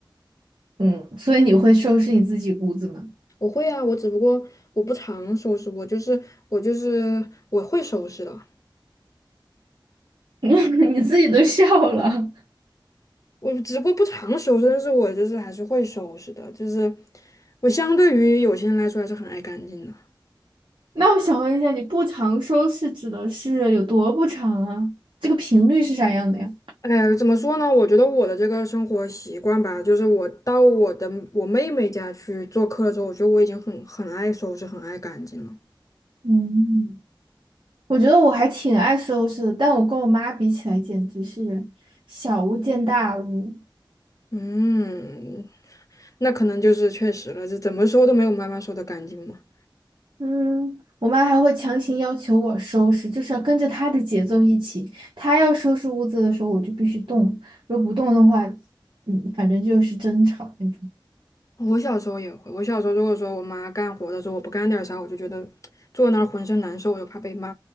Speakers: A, on the right; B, on the left.
A: 嗯，所以你会收拾你自己屋子吗？
B: <laughs> 我会啊，我只不过我不常收拾，我就是我就是我会收拾的，
A: <laughs> 你自己都笑了。
B: 我只不过不常收拾，但是我就是还是会收拾的，就是我相对于有些人来说还是很爱干净的。
A: <laughs> 那我想问一下，你不常收拾指的是有多不常啊？这个频率是啥样的呀？
B: 哎，怎么说呢？我觉得我的这个生活习惯吧，就是我到我的我妹妹家去做客的时候，我觉得我已经很很爱收拾，很爱干净了。
A: 嗯，我觉得我还挺爱收拾的，但我跟我妈比起来，简直是小巫见大巫。
B: 嗯，那可能就是确实了，这怎么收都没有妈妈收的干净嘛。
A: 嗯，我妈还会强行要求我收拾，就是要跟着她的节奏一起。她要收拾屋子的时候，我就必须动，如果不动的话，嗯，反正就是争吵那种。
B: 我小时候也会，我小时候如果说我妈干活的时候，我不干点啥，我就觉得坐那儿浑身难受，我就怕被骂。